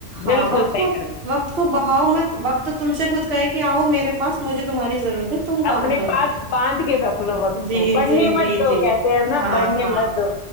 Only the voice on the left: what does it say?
بالکل
صحیح
فرمایا
اپنے
پاس باند کے رکھ لو وقت
کو بڑھنے
مت
دو
کہتے ہیں نا
بڑھنے
مت دو